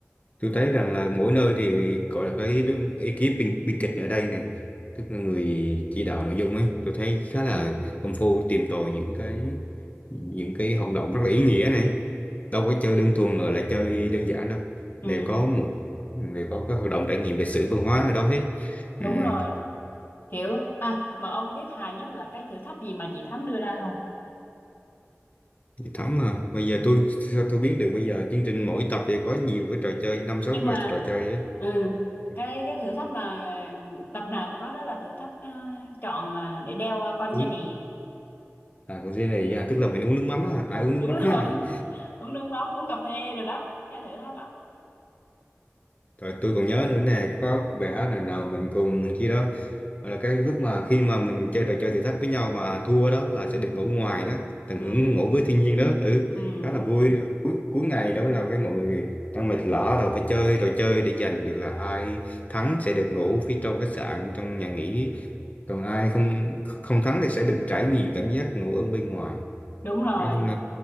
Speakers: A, on the left (about 30°); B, on the left (about 50°).
A: tôi thấy rằng là mỗi nơi thì gọi là cái đứa- ekip biên, biên kịch ở đây này tức là người chỉ đạo nội dung ấy tôi thấy khá là
B: Ừ.
A: công phu tìm tòi những cái những cái hoạt động rất là ý nghĩa này đâu có chơi đơn thuần là, là chơi đơn giản đâu
B: Ừ.
A: đều có một đều có cái hoạt động trải nghiệm lịch sử văn hóa ở đó hết
B: đúng
A: Ừm,
B: rồi kiểu à mà ông biết hài nhất là cái thử thách gì mà chị Thắm đưa ra không
A: Chị Thắm à, bây giờ tôi sao tôi biết được bây giờ chương trình mỗi tập thì có nhiều cái trò chơi năm sáu
B: nhưng
A: trò,
B: mà
A: trò chơi ấy
B: ừ,
A: Ừ.
B: cái cái thử thách mà tập nào cũng có đó là thử thách ờ, chọn ờ, để đeo ờ, con Jenny
A: Uống
B: á.
A: À, của riêng này nha, tức là mình uống nước mắm á, ai uống nước
B: đúng
A: mắm á.
B: rồi <laughs> uống nước mắm uống cà phê rồi đó cái thử thách đó
A: Rồi tôi còn nhớ nữa nè, có bài hát này nào mình cùng chi đó, gọi là cái lúc mà khi mà mình chơi trò chơi thử thách với nhau mà thua đó là sẽ được ngủ ngoài đó, tận
B: ừ,
A: hưởng ngủ với thiên nhiên đó, ừ,
B: ừ,
A: khá là vui. Cuối, cuối ngày đó là cái mọi người đang mệt lả rồi phải chơi trò chơi để giành được là ai thắng sẽ được ngủ phía trong khách sạn, trong nhà nghỉ, còn ai không không thắng thì sẽ được trải nghiệm cảm giác ngủ ở bên ngoài.
B: đúng rồi
A: Nói chung là